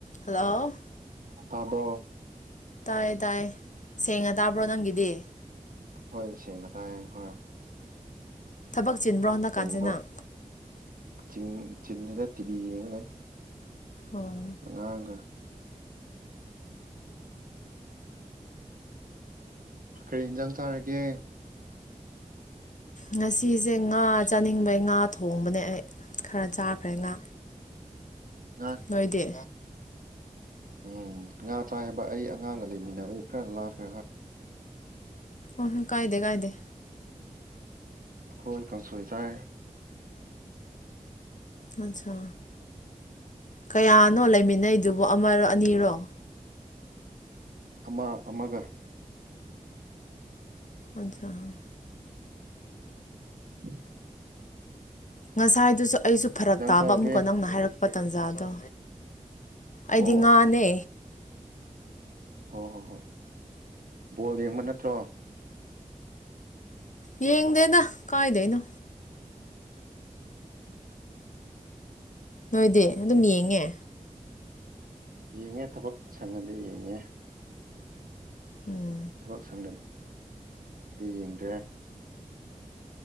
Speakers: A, on the left; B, on the right.
A: hello
B: ꯇꯥꯕꯣꯔ
A: ꯇꯥꯌꯦ ꯇꯥꯌꯦ ꯁꯦꯡꯅ ꯇꯥꯕ꯭ꯔꯣ ꯅꯪꯒꯤꯗꯤ
B: ꯍꯣꯏ ꯁꯦꯡꯅ ꯇꯥꯏꯌꯦ ꯍꯣꯏ
A: ꯊꯕꯛ ꯆꯤꯟꯕ꯭ꯔꯣ ꯍꯟꯗꯛ
B: ꯀꯔꯤ
A: ꯀꯥꯟꯁꯦ
B: ꯇꯧ
A: ꯅꯪ
B: ꯆꯤꯡ ꯆꯤꯟꯗꯦꯗ ꯇꯤꯕꯤ ꯌꯦꯡꯉꯥ ꯂꯩ
A: ꯎꯝ
B: ꯑꯉꯥꯡꯒ ꯀꯔꯤ ꯏꯟꯖꯥꯡ ꯆꯥꯔꯒꯦ
A: ꯉꯁꯤꯁꯦ ꯉꯥ ꯆꯥꯅꯤꯡꯕꯩ ꯉꯥ ꯊꯣꯡꯕꯅꯦ ꯑꯩ ꯈꯔ ꯆꯥꯈ꯭ꯔꯦ ꯉꯥ
B: ꯉꯥ
A: ꯅꯣꯏꯗꯤ
B: ꯎꯝ ꯉꯥ ꯆꯥꯏꯕ ꯑꯩ ꯑꯉꯥꯡꯒ ꯂꯩꯃꯤꯟꯅꯕ ꯈꯔ ꯂꯥꯛꯈꯦ ꯍꯣꯏ
A: ꯑꯣꯍꯣꯏ ꯀꯥꯥꯏꯗ ꯀꯥꯏꯗ
B: ꯑꯩꯈꯣꯏ ꯀꯥꯡꯁꯣꯏ ꯆꯥꯏ
A: ꯑꯆꯥ ꯀꯌꯥꯅꯣ ꯂꯩꯃꯤꯟꯅꯩ ꯑꯗꯨꯕꯨ ꯑꯃꯔꯣ ꯑꯅꯤꯔꯣ
B: ꯑꯃ ꯑꯃꯒ
A: ꯑꯖ <inaudible>
B: ꯎꯝ
A: ꯉꯁꯥꯏꯗꯨꯁꯨ ꯑꯩꯁꯨ ꯐꯔꯛ ꯇꯥꯕ
B: ꯆꯥꯔꯒꯦ
A: ꯑꯃꯨꯛꯀ ꯅꯪꯅ ꯍꯥꯏꯔꯛꯄ ꯇꯥꯟꯖꯥꯗꯣ ꯑꯩꯗꯤ
B: ꯑꯣ
A: ꯉꯥꯅꯦ
B: ꯍꯣ ꯍꯣꯏ ꯍꯣꯏ ꯕꯣꯜ ꯌꯦꯡꯕ ꯅꯠꯇ꯭ꯔꯣ
A: ꯌꯦꯡꯗꯦꯗ ꯀꯥꯏꯗꯩꯅꯣ ꯅꯣꯏꯗꯤ ꯑꯗꯨꯝ ꯌꯦꯡꯉꯦ
B: ꯌꯦꯡꯉꯦ ꯊꯕꯛ ꯁꯪꯡꯉꯗꯤ ꯌꯦꯡꯉꯦ
A: ꯎꯝ
B: ꯊꯕꯛ ꯁꯪꯗꯔꯗꯤ ꯌꯦꯡꯗ꯭ꯔꯦ